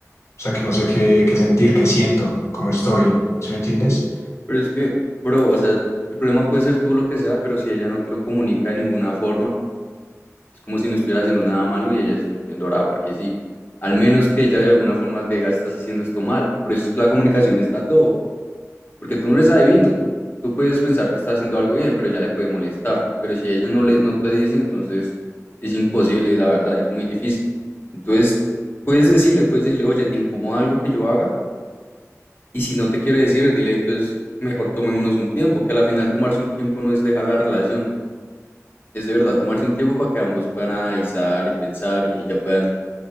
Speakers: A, on the left; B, on the left.
A: sea, que no sé qué, qué sentir, qué siento, cómo estoy. ¿Sí me entiendes?
B: Pero es que, bro, o sea, el problema puede ser tú lo que sea, pero si ella no te lo comunica de ninguna forma, es como si no estuvieras haciendo nada malo y ella se esté poniendo brava porque sí. Al menos que ella de alguna forma te diga, estás haciendo esto mal. Por eso es que la comunicación está a todo. Porque tú no eres adivino. Tú puedes pensar que está haciendo algo bien, pero ya le puede molestar. Pero si ella no, le, no te dice, entonces es imposible, la verdad, es muy difícil. Entonces, puedes decirle, puedes decirle, oye, ¿te incomoda algo que yo haga? Y si no te quiere decir, dile, entonces mejor tomémonos un tiempo, que al final tomarse un tiempo no es dejar la relación, es de verdad tomarse un tiempo para que ambos puedan analizar y pensar y ahí ya puedan,